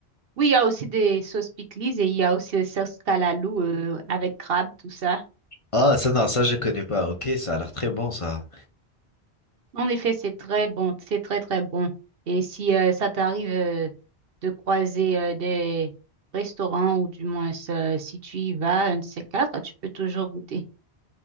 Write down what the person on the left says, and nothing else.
Ah, ça, non, ça, je connais pas. Ok, ça a l'air très bon, ça.